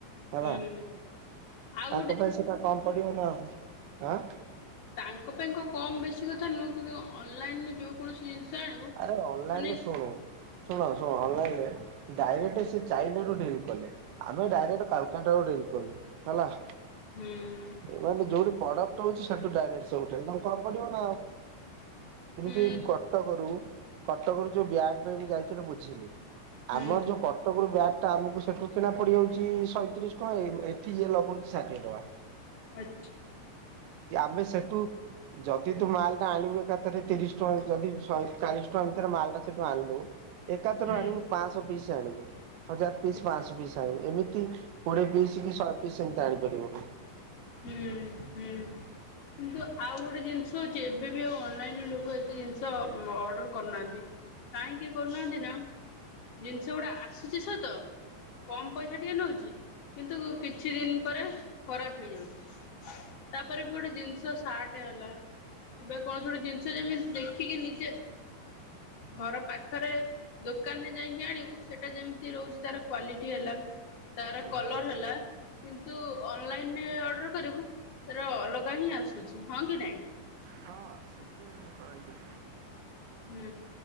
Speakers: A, on the right; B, on the left.
A: ହେଲା।
B: ହୁଁ ଆଉ
A: ତାଙ୍କ
B: ଗୋଟେ
A: ପାଇଁ ସେଟା କମ ପଡିବ ନା ଆଉ ଆଁ।
B: ତାଙ୍କ ପାଇଁ କ କମ ବେଶୀ କଥା ନୁହଁ କିନ୍ତୁ ଅନଲାଇନ ରୁ ଯୋଉ କୌଣସି ଜିନିଷ ଆଣିବୁ
A: ଆରେ ଅନଲାଇନରେ
B: ମାନେ
A: ଶୁଣୁ ଶୁଣ ଶୁଣ ଅନଲାଇନରେ ଡାଇରେକ୍ଟ ସେ ଚାଇନା ରୁ ଡିଲ୍ କଲେ ଆମେ ଡାଇରେକ୍ଟ କାଲକାଟା ରୁ ଡିଲ୍ ଠିକ କହିଲେ ହେଲା।
B: ହୁଁଉଁ।
A: ମାନେ ଯୋଉଠି ପ୍ରଡକ୍ଟ ହଉଚି ସେଠୁ ଡାଇରେକ୍ଟ ସବୁଠେ <inaudible> ନା ଆଉ ଏମିତି
B: ହୁଁ
A: କଟକରୁ, କଟକରୁ ଯୋଉ ବ୍ୟାଗ୍ ପାଇଁ ମୁଁ ଯାଇଥିଲ ବୁଝିଲି
B: ହୁଁ
A: ଆମର ଯୋଉ କଟକରୁ ବ୍ୟାଗ୍ଟା ଆମକୁ ସେଠୁ କିଣା ପଡିଯାଉଚି ସଇଁତିରିଶ ଟଙ୍କା, ଏଠିସିଏ ଲ ଷାଠିଏ ଟଙ୍କା।
B: ଅଛି।
A: କି ଆମେ ସେଠୁ ଯଦି ତୁ ମାଲ ଟା ଆଣିବୁ ଏକାଥରେ ତିରିଶ ଟଙ୍କା, ଯଦି ଶହେ ଚାଳିଶ ଟଙ୍କା ଭିତରେ ମାଲ ଟା ସେଠୁ ଆଣିଲୁ ଏକାଥର
B: ହୁଁ
A: ଆଣିବୁ ପାଞ୍ଚଶହ ପିସ୍ ଆଣିବୁ। ହଜାର ପିସ୍,
B: ଆଚ୍ଛା
A: ପାଞ୍ଚଶହ ପିସ୍ ଆଣିବୁ। ଏମିତି କୋଡିଏ ପିସ୍, କି ଶହେ ପିସ୍, ଏମତି ଆଣିପାରିବୁ ନି।
B: ପି ପି, କିନ୍ତୁ ଆଉ ଗୋଟେ ଜିନିଷ ହଉଚି। କେବେ ବି ଆଉ ଅନଲାଇନ ରୁ ଲୋକ ଏତେ ଜିନିଷ ଅର୍ଡର କରୁନାହାନ୍ତି। କାହିଁକି କରୁନାହାନ୍ତି ନା ଜିନିଷ ଗୁଡା ଆସୁଚି ସତ କମ ପଇସା ଟିକେ ନଉଚି କିନ୍ତୁ କିଛି ଦିନ ପରେ ଖରାପ ହେଇଯାଉଚି। ତାପରେ ବି ଗୋଟେ ଜିନିଷ ସାର୍ଟ ହେଲା। ଏବେ କୌଣସି ଗୋଟେ ଜିନିଷ ଯେମିତି ଦେଖିକି ନିଜେ ଘର ପାଖରେ ଦୋକାନରେ ଯାଇକି ଆଣିବୁ ସେଟା ଯେମିତି ରହୁଛି ତାର କ୍ଵାଲିଟି ହେଲା। ତାର
A: ହୁଁ
B: କଲର ହେଲା କିନ୍ତୁ ଅନଲାଇନ। ସେ ଅଡର କରିବୁ ତାର ଅଲଗା ହିଁ ଆସୁଛି ହଁ, କି ନାଇଁ
A: ହଁ, ଆସୁଚି ମୁଁ କଇଲି
B: ହୁଁ।